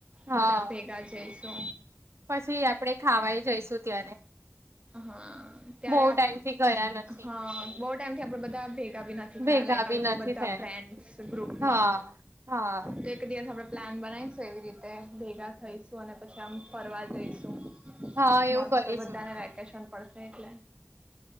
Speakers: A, on the right; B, on the right.
A: હા
B: બધા ભેગા જઈ તો
A: પછી આપણેે ખાવાય જઈશું ત્યારે
B: હા ત્યારે
A: બહુ
B: આ
A: ટાઈમ થી ગયા નથી
B: હા બોવ ટાઈમથી આપણે બધા ભેગા બી નથી
A: ભેગા
B: થયા લાઈક
A: બી
B: આવી
A: નથી
B: રીતે બધા
A: થયા
B: ફ્રેન્ડ ગ્રુપમાં
A: હા હા
B: તો એક દિવસ આપણે પ્લાન બનાઈશું એવી રીતે ભેગા થઈશું અને પછી આમ ફરવા જઈશું.
A: હા એવું
B: મસ્ત
A: કરીશું
B: બધાને વે કેશન પડશે એટલે